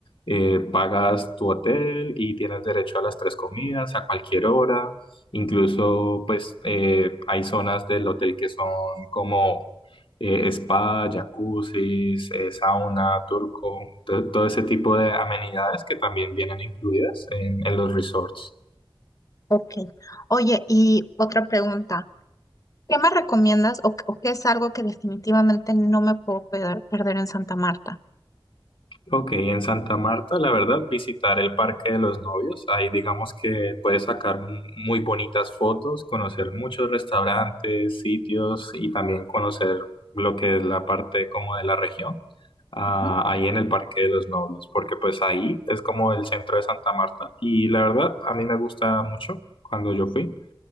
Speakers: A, on the left; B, on the left.
A: eh, pagas tu hotel y tienes derecho a las tres comidas a cualquier hora, incluso pues eh, hay zonas del hotel que son como eh, spa, jacuzzis, eh, sauna, turco, to- todo ese tipo de amenidades que también vienen incluidas en en los resorts.
B: Ok. Oye, y otra pregunta. ¿Qué me recomiendas o, o qué es algo que definitivamente no me puedo perder, perder en Santa Marta?
A: Ok, en Santa Marta, la verdad, visitar el Parque de los Novios, ahí digamos que puedes sacar mu- muy bonitas fotos, conocer muchos restaurantes, sitios y también conocer lo que es la parte como de la región, ah,
B: Ujú.
A: ahí en el Parque de los Novios, porque pues ahí es como el centro de Santa Marta y la verdad, a mí me gusta mucho cuando yo fui